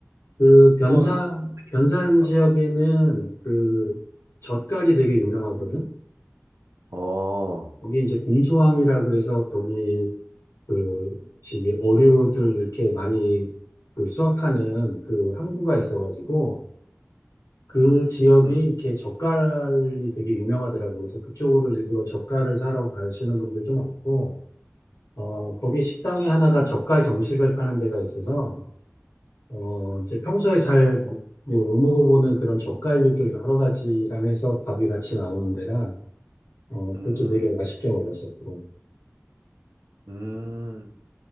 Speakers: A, on the left; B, on the right.
A: 그 변산
B: 어떤 좀 특이한
A: 변산
B: 음식이 있었나?
A: 지역에는 그 젓갈이 되게 유명하거든.
B: 어,
A: 거기 이제 곰소항이라 그래서 거기 그 지기 어류들 이렇게 많이 그 수확하는 그 항구가 있어가지고 그 지역이
B: 음,
A: 이렇게 젓갈이 되게 유명하더라고. 그래서 그쪽으로 일부러 젓갈을 사러 가시는 분들도 많고. 어, 거기 식당이 하나가 젓갈 정식을 파는 데가 있어서, 어, 이제 평소에 잘 뭐 못 먹어보는 그런 젓갈류도 여러 가지랑 해서 밥이 같이 나오는 데라, 어,
B: 음,
A: 그것도 되게 맛있게 먹었었고.
B: 음.